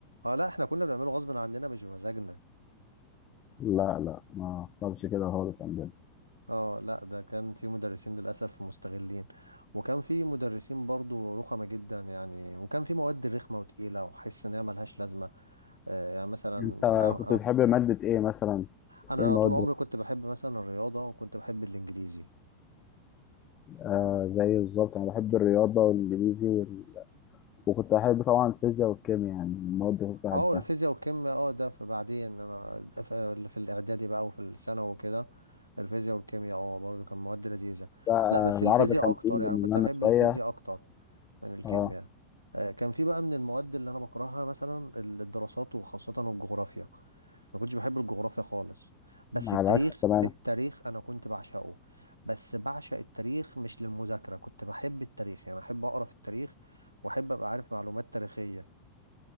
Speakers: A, on the right; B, on the left.
A: اه لا احنا كنا بنعمله غصب عننا مش بمزاجنا
B: لا لا ما حصلش كده خالص عندنا
A: اه لا ده كان في مدرسين للأسف مستغلين وكان في مدرسين برضو رخمة جدا يعني وكان في مواد رخمة وتقيلة وحس ان هي ملهاش لازمة آه يعني مثلا
B: انت
A: انا
B: كنت بتحب
A: أنا-
B: مادة ايه مثلا
A: أنا
B: ايه المواد
A: طول عمري كنت بحب مثلا الرياضة وكنت بحب الانجليزي
B: آه زي بالظبط انا بحب الرياضة والانجليزي وال... وكنت بحب طبعا الفيزياء والكيمياء يعني المواد اللي كنت بحبها
A: اه الفيزياء والكيمياء اه ده في بعدين انا ف- في الاعدادي بقى وفي الثانوي وكده الفيزياء والكيمياء اه برضه كان مواد لذيذه
B: لا
A: لا بس
B: العربي
A: الفيزياء
B: كان
A: اكتر
B: تقيل بالنسبة
A: يعني كنت احب
B: لنا شوية
A: الفيزياء اكتر من الكيمياء
B: اه
A: آه، كان في بقى من المواد اللي انا بكرهها مثلا الدراسات وخاصه الجغرافيا ما كنتش بحب الجغرافيا خالص بس
B: على
A: التاريخ
B: العكس تماما
A: التاريخ انا كنت بعشقه بس بعشق التاريخ مش للمذاكره كنت بحب التاريخ يعني احب اقرا في التاريخ واحب ابقى عارف معلومات تاريخيه